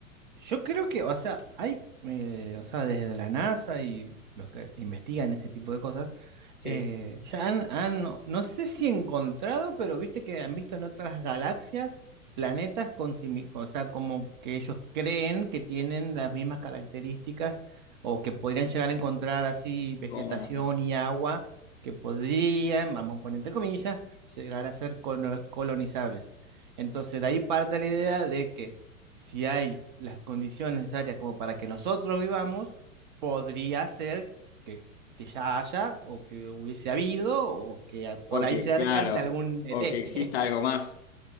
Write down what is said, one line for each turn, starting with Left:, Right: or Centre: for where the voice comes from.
Right: Yo creo que, o sea, hay, eh, o sea, desde la NASA y los que investigan ese tipo de cosas,
Left: Sí,
Right: eh, ya han, han, no sé si encontrado, pero viste que han visto en otras galaxias planetas con, simi- o sea, como que ellos creen que tienen las mismas características o que podrían llegar a encontrar así vegetación
Left: como las...
Right: y agua que podrían, vamos a poner entre comillas, llegar a ser cono- colonizables. Entonces, de ahí parte la idea de que si hay las condiciones necesarias como para que nosotros vivamos, podría ser que, que ya haya o que hubiese habido o que a- por
Left: Ok,
Right: ahí cercan
Left: claro.
Right: de algún ET.
Left: O que exista
Right: <laughs>
Left: algo más.